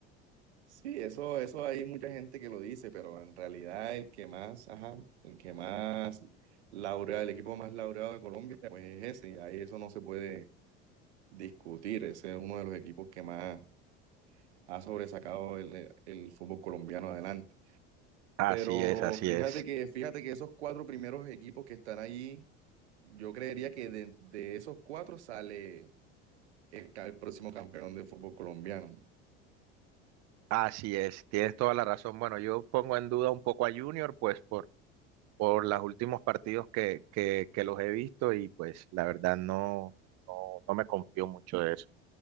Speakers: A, on the right; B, on the right.
A: Sí, eso, eso hay mucha gente que lo dice, pero en realidad el que más, ajá, el que más laureado, el equipo más laureado de Colombia, pues es ese, y ahí eso no se puede discutir. Ese es uno de los equipos que más ha sobresacado el, eh, el fútbol colombiano adelante.
B: Así
A: Pero
B: es, así
A: fíjate
B: es.
A: que, fíjate que esos cuatro primeros equipos que están allí, yo creería que de, de esos cuatro sale el, ca- el próximo campeón del fútbol colombiano.
B: Así es, tienes toda la razón. Bueno, yo pongo en duda un poco a Junior, pues por por los últimos partidos que, que, que los he visto y pues la verdad no, no, no me confío mucho de eso.